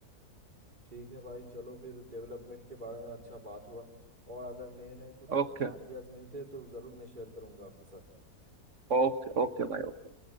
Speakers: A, on the right; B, on the right.
A: ठीक है भाई चलो फिर डेवलपमेंट के बारे में अच्छा बात हुआ और अगर नए नए कुछ
B: ओके
A: आइडियाज मिलते हैं तो ज़रूर मैं शेयर करूंगा आपके साथ
B: ओके ओके भाई ओके